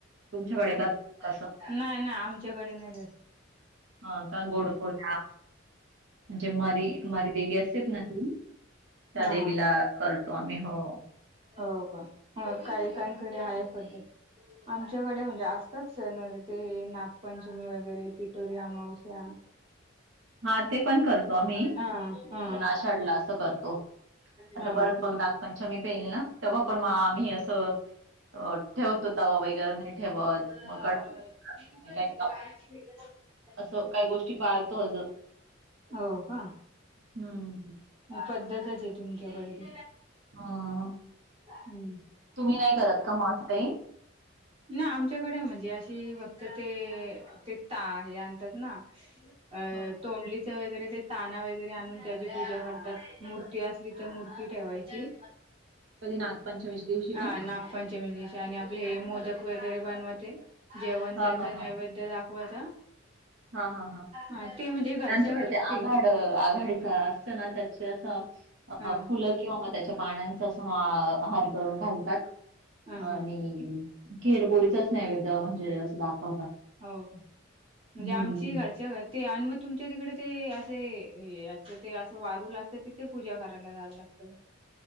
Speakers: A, on the right; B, on the right.
A: तुमच्याकडे
B: हु
A: करतात कसं?
B: नाय नाय आमच्याकडे नाय त
A: हा का गोडधोड खा जे मरी मरी देवी असतेत ना ती, त्या
B: हा
A: देवीला करतो आमी हो हो.
B: हो का हो काहीकांकडे आहे पद्धत. आमच्याकडे म्हणजे असतात सन व ते नागपंचमी वगैरे पीठोरी अमावश्या.
A: हा ते पण करतो आम्ही
B: हा हा
A: पण आषाढला असं करतो. आता
B: हा
A: परत मग नागपंचमी ते येईल ना तेव्हा पण आम्ही असं ठेवतो तवा वगैरे. ठेवत
B: ती
A: मग काही
B: कुठ ठेवली
A: काही काप-
B: वाईची भेट
A: असं काही गोष्टी पाळतो अजून.
B: हो का
A: हम्म.
B: म पद्धतचे तुमच्याकडे ती.
A: हम्म
B: हम्म.
A: तुम्ही नाही करत का म असं काही?
B: ना आम् -च्याकडे म्हणजे अशी फक्त ते ते ता हे आणतात ना अ
A: ह
B: तोंडलीच् वगैरे ते ताना वगैरे आणून त्याची पूजा करतात मूर्ती असली त मूर्ती ठेवायची.
A: कधी नागपंचमीच्या दिवशी का?
B: आ नागपंचमी विष् -ते आणि आपले हे मोदक वगैरे बनवते, जेवण
A: हा
B: त्याचा
A: हा हा
B: नैवेद्य दा -वाचा
A: हा हा
B: हा ते म्हणजे घरच्या
A: आमच्याकडे
B: घरीच ते
A: आघाड आघाडीचा असतं ना त्याच्या अस
B: हा
A: फुलं किंवा म त्याच्या पानांच तसं आ हार करून घालतात
B: हा
A: आणि
B: हा
A: खिर पुरीचाच नैवेद्य म्हणजे अस दाखवता
B: हाव का म्हणजे
A: हम्म.
B: आमची घरच्या घरी ते आणि म तुमच्या तिकडे ते अशे याच ते असं वारूल असत तिथे पूजा करायला जायला लाग त